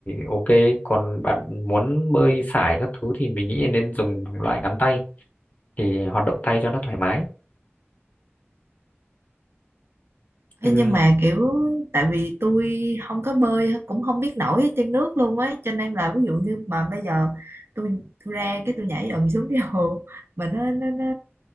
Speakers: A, on the left; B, on the right.
A: ok còn bạn muốn bơi sải các thứ thì mình nghĩ nên dùng loại ngắn tay thì hoạt động tay cho nó thoải mái
B: Ê,
A: nhưng
B: nhưng mà kiểu tại vì tôi không có bơi cũng không biết nổi ở trên nước luôn ấy cho nên là ví dụ như mà bây giờ tôi tôi ra cái tôi nhảy ầm xuống <laughs> cái hồ mà nó nó nó